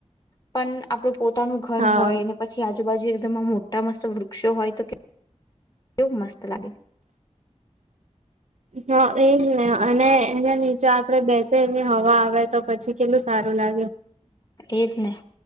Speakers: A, on the left; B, on the right.
A: પણ આપણું પોતાનું ઘર
B: હા
A: હોય ને પછી આજુબાજુ તમા મોટા મસ્ત વૃક્ષો હોય તો કે વુ એવું મસ્ત લાગે.
B: હા. એજ ને અને એને નીચે આ આપડે બેસે એની હવા આવે તો પછી કેટલું સારું લાગે.
A: એજ ને